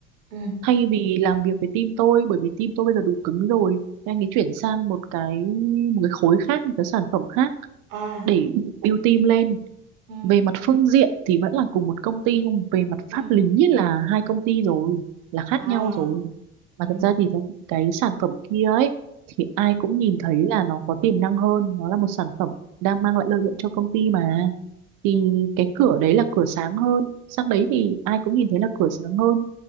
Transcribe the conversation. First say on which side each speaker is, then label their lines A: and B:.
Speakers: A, on the right (about 70°); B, on the right (about 50°).
A: ừ
B: thay vì làm việc với team tôi bởi vì team tôi bây giờ đủ cứng rồi anh ấy chuyển sang một cái một cái khối khác một cái sản phẩm khác
A: à
B: để build team lên
A: ừ
B: về mặt phương diện thì vẫn là cùng một công ty nhưng về mặt
A: ừ
B: pháp lý là hai công ty rồi là khác
A: à
B: nhau rồi mà
A: ừ
B: thật ra thì cái cái sản phẩm kia ấy thì ai cũng
A: ừ
B: nhìn thấy là nó có tiềm năng hơn nó là một sản phẩm đang mang lại lợi nhuận cho công ty mà thì
A: ừ
B: cái cửa đấy là cửa sáng hơn sang đấy thì ai cũng nhìn thấy là cửa sáng hơn